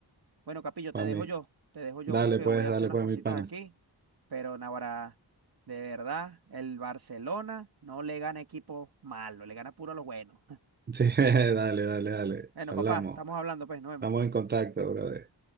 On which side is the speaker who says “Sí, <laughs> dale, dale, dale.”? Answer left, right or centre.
Right